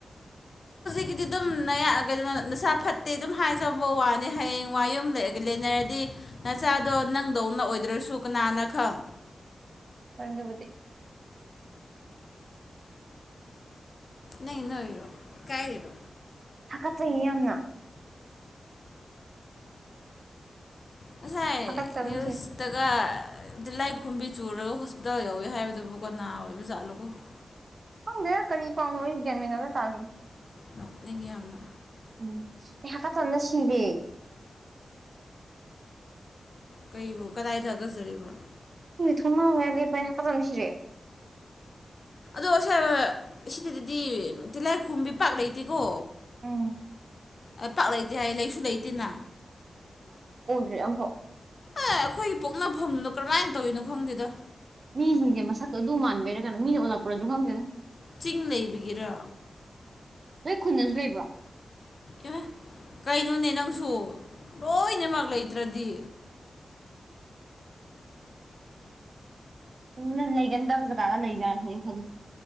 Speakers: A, on the left (about 45°); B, on the right (about 45°).
A: ꯑꯩꯒꯤꯗꯤ ꯑꯗꯨꯝ ꯅꯌꯥꯛꯑꯒꯗꯅ ꯅꯁꯥ ꯐꯠꯇꯦ ꯑꯗꯨꯝ ꯍꯥꯏꯖꯕ ꯋꯥꯅꯤ ꯍꯌꯦꯡ ꯋꯥ ꯌꯨꯝ ꯂꯩꯒ ꯂꯩꯅꯔꯗꯤ ꯅꯆꯥꯗꯣ ꯅꯪꯗꯧꯅ ꯑꯣꯏꯗ꯭ꯔꯁꯨ ꯀꯅꯥꯅ ꯈꯪ
B: ꯃꯃꯗꯤ
A: ꯅꯪꯒꯤꯗꯣ ꯏꯀꯥꯏꯔꯣ
B: ꯍꯥꯆꯠꯆꯩꯌꯦ ꯌꯥꯝꯅ
A: ꯉꯁꯥꯏ
B: ꯍꯥꯀꯠꯆꯕꯅ
A: ꯅ꯭ꯌꯨꯁꯇꯒꯂꯥꯏꯈꯨꯝꯕꯤ
B: ꯁꯤꯔꯦ
A: ꯆꯨꯔꯒ ꯍꯣꯁꯄꯤꯇꯥꯜ ꯌꯧꯋꯤ ꯍꯥꯏꯕꯗꯨꯕꯨ ꯀꯅꯥ ꯑꯣꯏꯕ ꯥꯖꯥꯠꯅꯣ ꯈꯪꯗꯦ
B: ꯈꯡꯗꯦꯗꯥ ꯀꯔꯤ ꯄꯥꯎ ꯅꯣ ꯑꯩꯁꯨ ꯒꯌꯥꯟ ꯃꯦꯟ ꯑꯃ ꯇꯥꯗꯦ
A: ꯅꯣꯛꯅꯤꯡꯉꯦ ꯌꯥꯝꯅ
B: ꯎꯝ ꯑꯩ ꯍꯥꯆꯠꯆꯕꯅꯥ ꯁꯤꯔꯦ
A: ꯀꯩꯕꯨ ꯀꯗꯥꯏ ꯊꯥꯒꯠꯆꯔꯤꯕꯣ
B: ꯊꯣꯡꯅꯥꯎ ꯃꯌꯥ ꯗ ꯂꯦꯞꯄꯒꯤ ꯍꯥꯆꯥꯠ ꯆꯥꯕꯅꯥ ꯁꯤꯔꯦ꯫
A: ꯑꯗꯣ ꯁꯥꯔ ꯁꯤꯗꯗꯗꯤ ꯇꯤꯂꯥꯏꯈꯣꯕꯤ ꯄꯥꯛ ꯂꯩꯇꯦꯀꯣ
B: ꯎꯝ
A: ꯑ ꯇꯥꯛ ꯂꯩꯇꯦ ꯍꯥꯏ ꯂꯩꯁꯨ ꯂꯩꯇꯦꯅ
B: ꯂꯩꯇꯦ ꯑꯃ ꫪꯐꯥꯎ
A: ꯑꯦ ꯑꯩꯈꯣꯏꯒꯤ ꯄꯣꯛꯅꯐꯝꯗꯨꯅꯣ ꯀꯔꯝꯃꯥꯏꯅ ꯇꯧꯔꯤꯅꯣ ꯈꯪꯗꯦꯗ
B: ꯃꯤꯁꯤꯡꯁꯦ ꯃꯁꯛꯇꯣ ꯑꯗꯨ ꯃꯥꯟꯕꯩꯔꯥ ꯀꯩꯅꯣ ꯃꯤꯅ ꯑꯣꯜꯂꯛꯄ꯭ꯔꯁꯨ ꯈꯪꯗꯦ
A: ꯆꯤꯡ ꯂꯩꯕꯒꯤꯔ
B: ꯅꯣꯏ ꯈꯨꯟꯗꯁꯨ ꯂꯩꯕ꯭ꯔꯣ
A: ꯏ ꯀꯩꯅꯣꯅꯦ ꯅꯪꯁꯨ ꯂꯣꯏꯅꯃꯛ ꯂꯩꯇ꯭ꯔꯗꯤ
B: ꯅ ꯅꯪ ꯂꯩꯒꯟꯗꯕ ꯖꯒꯥ ꯒꯥ ꯂꯩꯖꯠꯂꯥ ꯁꯤꯅꯦ ꯑꯩꯅꯥ ꯈꯜꯂꯤꯁꯦ